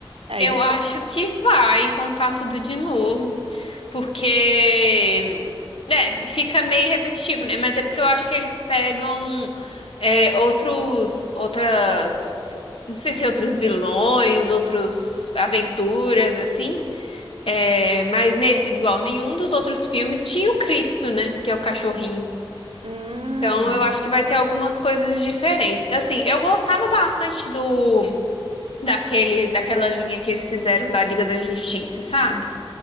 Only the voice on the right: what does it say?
É
isso?
Hum.